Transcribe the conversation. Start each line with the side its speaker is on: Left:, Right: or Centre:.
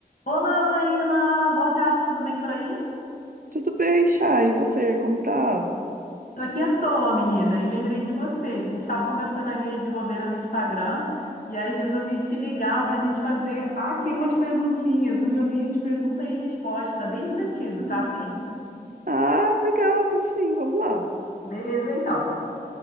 Left: Olá, Maíla! Boa tarde, tudo bem por aí?
Right: Tudo bem, Chay? E você, como tá?
Left: Tô aqui à toa, menina, e lembrei de você. A gente tava conversando ali de bobeira no Instagram, e aí resolvi te ligar pra gente fazer aqui umas perguntinhas, um joguinho de pergunta e resposta, bem divertido,
Right: Hum.
Left: tá, fim?
Right: Ah, legal, então sim, vamos lá.
Left: Beleza, então.